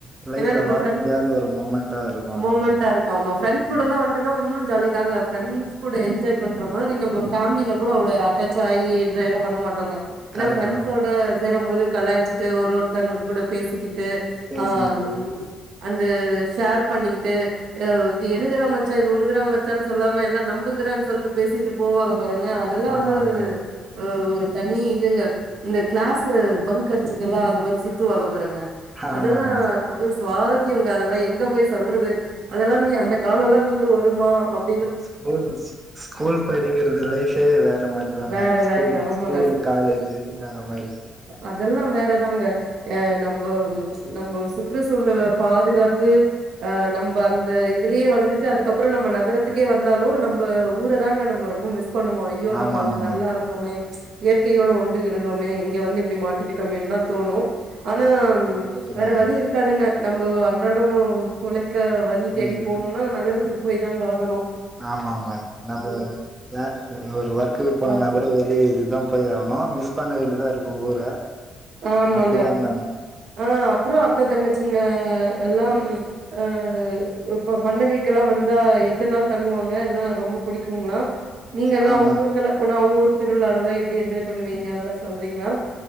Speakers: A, on the right; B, on the right.
A: லைஃப்ல
B: ஏனா நம்ம
A: மறக்க
B: ஃப்ரெண்ட்
A: முடியாத ஒரு மூமெண்டா இருக்கு அது
B: மொமெண்ட்டா
A: உங்களுக்கு
B: இருக்கு ஆமா ஃப்ரெண்ட்ஸ் கூடல்லா
A: ம்
B: வந்ட்டோன்னா உன்னு ஜாலி தாங்க ஃபிரெண்ட்ஸ் கூட என்ஜாய் பண்ற மாரி நம்ம ஃபேமிலிலக் கூட அவ்ளோ அட்டாச் சாய் எஞ்ஜாய்லா பண்ணோ மாட்டோங்க ஏனா
A: கரெக்ட்
B: ஃப்ரெண்ட்ஸோட
A: தா மேம்
B: சேரம் போது கலாய்ச்சிட்டு ஒரு ஒருத்தங்க கூட பேசிக்கிட்டு
A: பேசிக்கிட்டு
B: அம் அந்த ஷேர் பண்ணிக்கிட்டு அ இது என்ன எந்துறா மச்சா இது உன்னுதுறா மச்சான்னு சொல்லாம எல்லா நம்புல்துறான் சொல்ட்டு பேசிட்டு போவாங்க பாருங்க அது இதெல்லா
A: ஆமாங்க
B: வந்து ஒரு
A: மேம்
B: அ ஒரு தனி இதுங்க இந்த கிளாஸ்ஸு பங்க் அடிச்சுட்டுல்லா அது மாரி சுத்துவாங்க பாருங்க
A: ஆமாங்க
B: அதெல்லா அப்டியே சுவாரஸ்யோங்க அதெல்லா எங்க போய் சொல்றது அதெல்லாமே அந்த நாள் எல்லா மீண்டு வருமா அப்
A: ஸ்கூல் ஸ் ஸ்கூல் படிக்கிறது லைஃபே வேற மாரிதா
B: வேற
A: மேம் ஸ்கூலு
B: வேறங்க. ஆமாங்க.
A: ஸ்கூல் காலேஜ் ஜு வேற மாரிதா
B: அதெல்லா வேறதாங்க அ நம்போ நம்போ சுற்று சூழல்கள பாதுகாத்து அ நம்ப அந்த இ துலே வளந்துட்டு அதுக்கப்பறோ நம்ம நகரத்துக்கே வந்தாலு நம்ப ஊர தாங்க நம்ப ரொம்ப மிஸ் பண்ணுவோ இ ஐயோ
A: ஆமாங்க
B: நம்ப அங்க
A: மேம்
B: நல்லா இருந்தோமே இயற்கையோட ஒன்றி இருந்தோமே இங்கே வந்து இப்டி மாட்டிக்கிட்டோமேன்னு தா தோணு ஆனா ம்
A: கரெக்ட்டு
B: வேற
A: தா மேம்
B: வழி இருக்காதுங்க நம்ப அன்றாடோம் பொழைக்க வழி தேடி
A: ம்
B: போனுன்னா நகரத்துக்கு போய் தாங்க ஆகனு
A: ஆமா மேம் நம்மோ வே ஒரு ஒர்க்கு போனோன்னா
B: அ
A: கூ ட வெளிய இதுதா போய் ஆவனூ மிஸ் பண்ண வேண்டியதா இருக்கு ஊர
B: ஆமாங்க
A: அப்டிதா மேம்
B: அ அப்றோ அக்கா தங்கச்சிங்க எல்லாம்
A: ம்.
B: அ இப்ப பண்டிகைக்கு எல்லா வந்தா எத்தன நாள் தங்குவாங்க எல்லா ரொம்ப புடிக்குங்ளா நீங்கெல்லா
A: ஆ
B: ஒங்
A: மேம்
B: ஊருக்குல்லா போனா ஒங் ஊர் திருவிழாலலா எப்டி எஞ்ஜாய் பண்ணுவீங்க அதெல்லா சொல்றீங்ளா